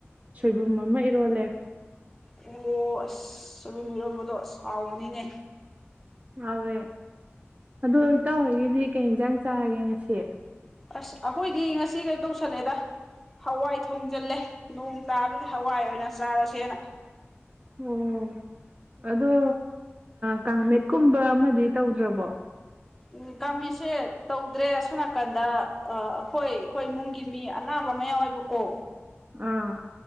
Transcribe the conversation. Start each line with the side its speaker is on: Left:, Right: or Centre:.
Right: ꯁꯣꯏꯕꯨꯝ ꯑꯃ ꯏꯔꯣꯜꯂꯦ
Centre: ꯑꯣ ꯑꯁ ꯆꯂꯨꯝ ꯏꯔꯣꯟꯝꯕꯗꯣ ꯁꯥꯎꯕꯅꯤꯅꯦ
Right: ꯌꯥꯥꯎꯋꯦ ꯑꯗꯨ ꯇꯥꯎ ꯍꯣꯏꯒꯤꯗꯤ ꯀꯩ ꯌꯦꯟꯁꯥꯡ ꯆꯥꯔꯒꯦ ꯉꯁꯤ
Centre: ꯑꯁ ꯑꯩꯈꯣꯏꯗꯤ ꯉꯁꯤ ꯀꯩꯅꯣ ꯇꯧꯁꯜꯂꯦꯗ ꯍꯋꯥꯏ ꯊꯣꯡꯖꯤꯜꯂꯦ ꯅꯣꯡ ꯆꯥꯕꯗ ꯍꯋꯥꯏ ꯑꯣꯏꯅ ꯆꯥꯔꯁꯦꯅ
Right: ꯑꯣ ꯑꯗꯣ ꯀꯥꯡꯃꯦꯠꯀꯨꯝꯕ ꯑꯃꯗꯤ ꯇꯧꯗ꯭ꯔꯕꯣ
Centre: ꯎꯝ ꯀꯥꯡꯁꯦ ꯇꯧꯗ꯭ꯔꯦ ꯑꯁꯣꯝ ꯅꯥꯀꯟꯗ ꯑꯩꯈꯣꯏ ꯑꯩꯈꯣꯏ ꯏꯃꯨꯡꯒꯤ ꯃꯤ ꯑꯅꯥꯕ ꯃ ꯌꯥꯎꯑꯦꯕꯀꯣ
Right: ꯑꯥ